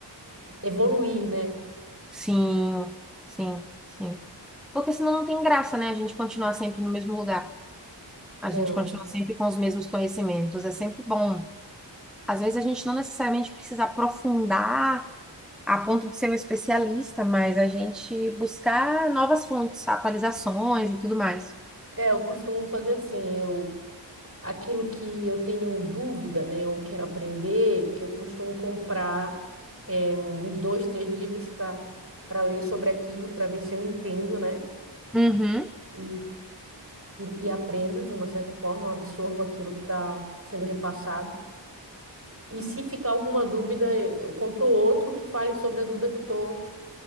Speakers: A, on the right; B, in the centre.
A: evoluir, né?
B: Sim, sim, sim. Porque senão não tem graça, né? A gente continuar sempre no mesmo lugar. A gente
A: Não.
B: continua sempre com os mesmos conhecimentos. É sempre bom. Às vezes a gente não necessariamente precisa aprofundar a ponto de ser um especialista, mas a gente buscar novas fontes, atualizações e tudo mais.
A: É, eu costumo fazer assim, eu aquilo que eu tenho dúvida, né, ou quero aprender, eu costumo comprar é, uns dois, três livros para para ler sobre aquilo, para ver se eu entendo, né?
B: Uhum.
A: E, e, e aprendo de uma certa forma, absorvo aquilo que está sendo repassado. E se ficar alguma dúvida, eu compro outro que fale sobre a dúvida que eu tô,